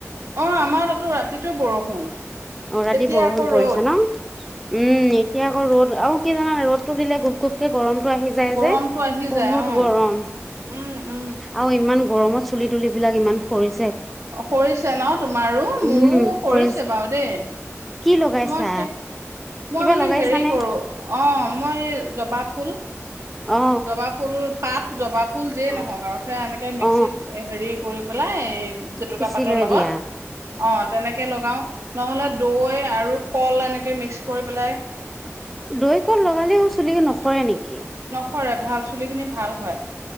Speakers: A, on the right (about 65°); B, in the centre.
A: অ আমাৰ তাতো ৰাতিটো বৰষুণ।
B: অ ৰাতি
A: এতিয়া
B: বৰষুণ
A: আকৌ
B: পৰিছে
A: ৰ'দ।
B: ন উম এতিয়া। আক ৰ'দ আৰু কি জানাই ৰ'দটো দিলে গুপ গুপকে গৰম টো আহি যায়
A: গৰমটো
B: যে
A: আহি
B: বহুত
A: যায় অ',
B: গৰম
A: উম, উম।
B: আৰু ইমান গৰমত চুলি তুলিবিলাক ইমান সৰি
A: সৰিছে ন তোমাৰো
B: উম
A: মোৰো সৰিছে
B: সৰি
A: বাৰু দেই
B: কি লগাইছা
A: মই শেষ
B: কিবা
A: মই মানে
B: লগাইছানে
A: হেৰি কৰো অ মই জবা ফুল
B: অ
A: জবা ফুল। পাত জবাব ফুল যেই
B: অ
A: নহওক আৰু সেয়া এনেকৈ মিক্সিত
B: অ
A: হেৰি কৰি পেলাই জেতুকা
B: পিছি
A: পাতৰ
B: লৈ
A: লগত
B: দিয়া
A: অ তেনেকে লগাও নহলে দৈ আৰু কল এনেকে মিক্স কৰি পেলাই
B: দৈ কল লগালেও চুলি নহৰে নেকি তাকে
A: পৰে ভাল চু চুলি খিনি ভাল হয়